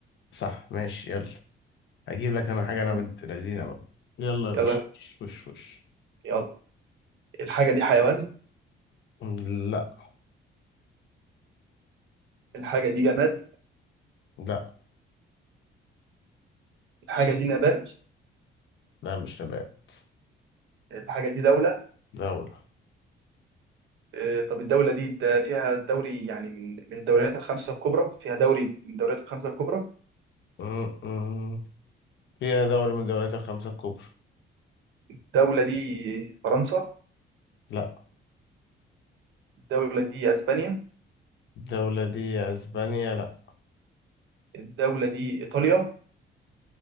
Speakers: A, on the left; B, on the right.
A: صح ماشي يلا هجيب لك انا حاجة انا
B: مم.
A: بنت لذينة بقى يلا يا باشا
B: يلا
A: وش وش
B: يلا الحاجة دي حيوان
A: لا
B: الحاجة دي جماد
A: لا
B: الحاجه دي نبات
A: لا مش نبات
B: الحاجه دي دوله
A: دولة
B: آه، طب الدوله دي ده فيها دوري يعني من من الدوريات الخمسه الكبرى فيها دوري من الدوريات الخمسه الكبرى
A: م- م. فيها دولة من الدولات الخمسة الكبرى
B: الدوله دي فرنسا
A: لا
B: الدوله دي اسبانيا
A: الدولة دي اسبانيا لا
B: الدوله دي ايطاليا